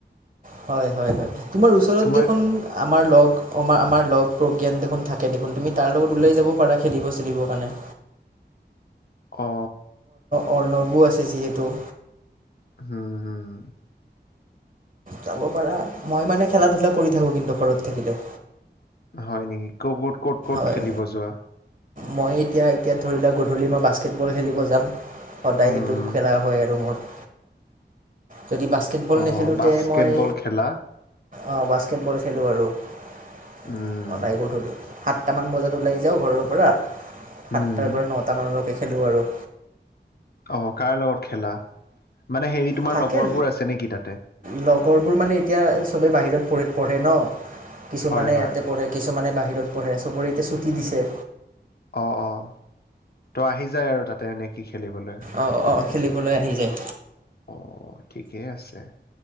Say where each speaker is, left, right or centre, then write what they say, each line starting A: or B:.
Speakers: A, on the right; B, on the left.
A: হয়-হয়- হয়। তোমাৰ ওচৰত
B: তোমাৰ
A: দেখোন আমাৰ লগ আমাৰ-আমাৰ লগ প্ৰজ্ঞান দেখোন, থাকে দেখোন। তুমি তাৰ লগত ওলাই যাব পাৰা। খেলিব, চেলিবৰ কাৰণে।
B: অ
A: অৰ্ণৱ আছে যিহেতু।
B: উম-হম।
A: যাব পাৰা। মই মানে খেলা- ধূলা কৰি থাকো, কিন্তু ঘৰত থাকিলে।
B: হয় নেকি? ক'ত ক'ত, ক'ত
A: হয়
B: খেলিব যোৱা?
A: মই এতিয়া, এতিয়া ধৰি লোৱা, গধূলি মই বাস্কেটবল খেলিব যাম। সদায়
B: উম
A: সেইটো খেলা হয় আৰু মোৰ। যদি বাস্কেটবল
B: অ
A: নেখেলোঁতে
B: বাস্কেটবল
A: মই
B: খেলা
A: অঁ বাস্কেটবল খেলো আৰু। অহ
B: উম
A: নাই <unintelligible> সাতটামান বজাত ওলাই যাওঁ' ঘৰৰ পৰা। সাতটাৰ
B: উম
A: পৰা নটা মানলৈকে- খেলো আৰু।
B: অঁ কাৰ লগত খেলা? মানে হেৰি তোমাৰ
A: থাকে।
B: লগৰবোৰ আছে নেকি তাতে?
A: লগৰবোৰ মানে এতিয়া চবেই বাহিৰত- পঢ়ে, পঢ়ে ন? কিছুমানে
B: হয় হয়
A: ইয়াতে পঢ়ে, কিছুমানে বাহিৰত পঢ়ে, চবৰে এতিয়া ছুটি দিছে।
B: অঁ-অঁ। তই আহি যাওঁ আৰু তাতে নে' কি খেলিবলৈ?
A: অঁ অঁ খেলিবলৈ আহি যায়
B: অঁহ। ঠিকেই আছে।